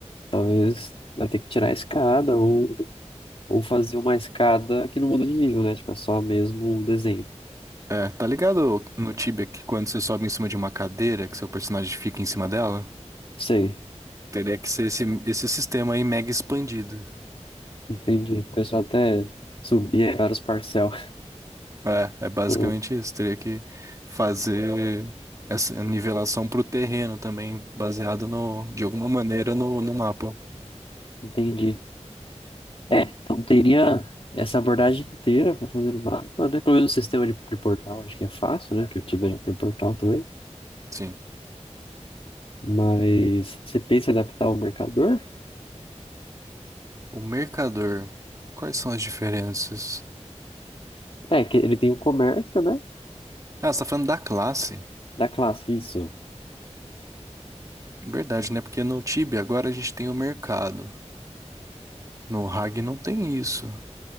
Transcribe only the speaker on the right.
É, tá ligado no Tibia que quando você sobe em cima de uma cadeira, que seu personagem fica em cima dela?
Teria que ser esse, esse sistema aí mega expandido.
É, é basicamente
isso. Teria que fazer essa nivelação pro terreno também, baseado no, de alguma maneira no, no mapa.
Sim.
O mercador. Quais são as diferenças?
Ah, você tá falando da classe?
Verdade, né? Porque no Tibia agora a gente tem o mercado. No Hag não tem isso.